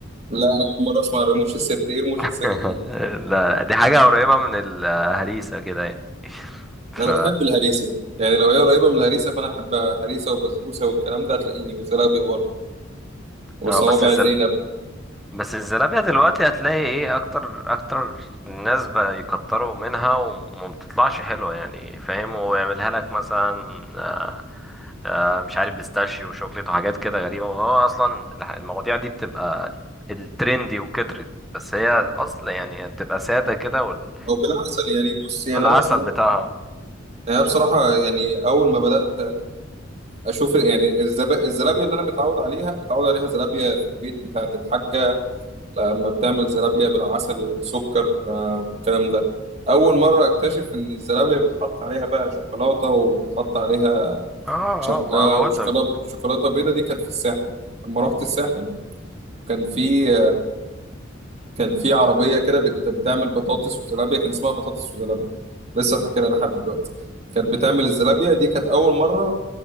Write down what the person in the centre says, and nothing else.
<laughs>
لا لا، دي حاجة قريبة من الهريسة كده يعني ف
اه بس الزل...
بس الزلابية دلوقتي هتلاقي ايه اكتر اكتر الناس بيكتروا منها وما بتطلعش حلوة يعني فاهم ويعملها لك مثلا آه، آه، مش عارف بيستاشيو وشوكليت وحاجات كده غريبة وهو اصلا الح- المواضيع دي بتبقى الترندي وكترت بس هي الاصل يعني بتبقى سادة كده وال...
والعسل
بتاعها
اه
اه ما بقول
لك